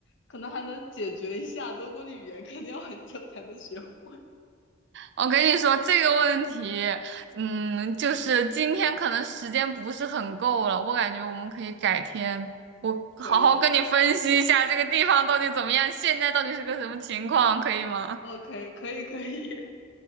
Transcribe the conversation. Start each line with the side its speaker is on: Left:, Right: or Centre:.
Left: 可能还能解决一下，德国的语言肯定要很久才能学会。
Right: 我跟你说，这个问题，嗯，就是今天可能时间不是很够了，我感觉我们可以改天，我好好跟你分析一下这个地方到底怎么样，
Left: <laughs> 可以
Right: 现在到底是个什么情况，可以吗？
Left: ，OK，可以可以，<laughs>